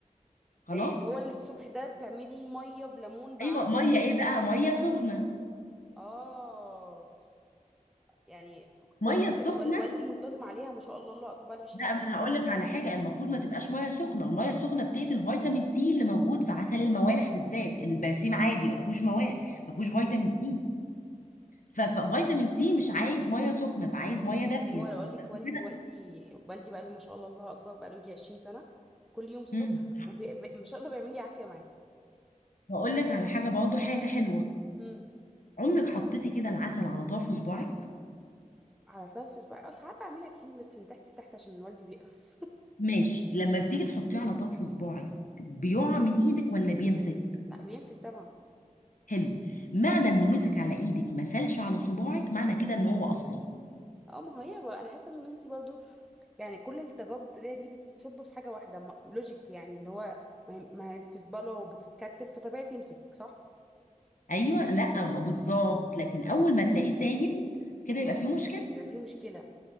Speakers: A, on the left; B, in the centre.
A: خلاص
B: آه، اللي هو اللي الصبح ده بتعملي ميه بليمون بعسل
A: ايوه ميه
B: صح
A: ايه بقى ميه سخنه
B: اه يعني والدي
A: ميه السخنه
B: كان وال- والدي منتظم عليها ما شاء الله الله اكبر 20
A: لا
B: سنه
A: ما انا هقول لك على حاجه المفروض ما تبقاش ميه سخنه الميه السخنه بتقتل فيتامين سي اللي موجود في عسل الموالح بالذات البرسيم عادي ما فيهوش مواد ما فيهوش
B: امم
A: فيتامين سي ففيتامين
B: فاهمك
A: سي مش عايز ميه سخنه فعايز ميه دافيه
B: هو انا بقول لك والدي
A: كده
B: والدي والدي بقى له ما شاء الله الله اكبر بقى له يجي 20 سنه كل يوم الصبح
A: امم
B: وبي... ب... ما شاء الله بيعمل لي عافيه معاه
A: واقول لك على حاجه برضه حاجه حلوه
B: امم
A: عمرك حطيتي كده العسل على طرف صباعك
B: على الطرف بقى أه، ساعات بعملها كتير بس من تحت لتحت عشان والدي بيقف <laughs>
A: ماشي لما بتيجي تحطيه على طرف صباعك بيقع من ايدك ولا بيمسك
B: لا بيمسك طبعا
A: حلو معنى انه مسك على ايدك ما سالش على صباعك معنى كده ان هو اصلي
B: اه ما هي بقى انا حاسه ان انت برضو يعني كل التجارب الطبيه دي بتصب في حاجه واحده ما... لوجيك يعني اللي هو ما هي, ما هي بتتبلع وبتتكتل فطبيعي تمسك صح
A: ايوه لا ما- بالظبط لكن اول ما تلاقيه سايل كده يبقى فيه مشكله
B: يبقى في مشكله